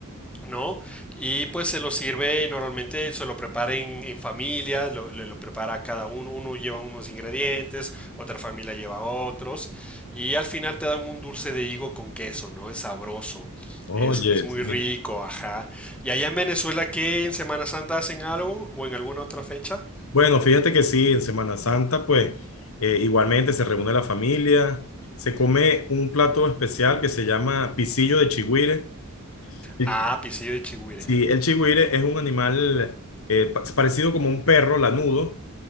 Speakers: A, in the centre; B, on the left.
A: ¿no? Y pues se lo sirve, normalmente se lo prepara en, en familia, lo, le lo prepara cada uno, uno lleva unos ingredientes, otra familia lleva otros, y al final te dan un dulce de higo con queso, ¿no? Es sabroso,
B: Oye,
A: es, es muy
B: sí.
A: rico, ajá. ¿Y allá en Venezuela qué en Semana Santa hacen algo o en alguna otra fecha?
B: Bueno, fíjate que sí, en Semana Santa, pues eh, igualmente se reúne la familia, se come un plato especial que se llama pisillo de chigüire. El-
A: Ah, pisillo de chigüire.
B: Sí, el chigüire es un animal eh, pa- parecido como un perro lanudo